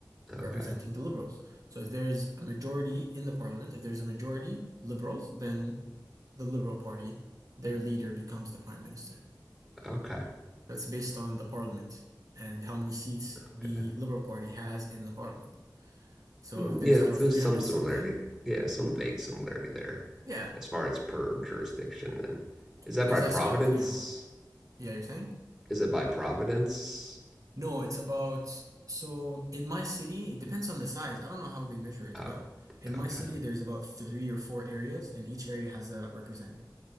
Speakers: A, on the right; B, in the centre.
A: representing
B: Okay.
A: the liberals. So if there's a majority in the parliament, if there's a majority liberals, then the Liberal Party, their leader becomes the prime minister.
B: Okay.
A: So it's based on the parliament and how many seats
B: Okay.
A: the Liberal Party has in the parliament. So
B: Mm,
A: if there's
B: Yeah,
A: out of
B: there's
A: 300
B: some similarity.
A: something,
B: Yeah, some vague similarity there
A: yeah,
B: as far as per jurisdiction. And is that
A: because
B: by
A: I
B: Providence?
A: saw a video. Yeah, you're saying?
B: Is it by Providence?
A: No, it's about so in my city, it depends on the size. I don't know how they measure it,
B: Oh,
A: but in my
B: okay.
A: city, there's about three or four areas, and each area has a representative.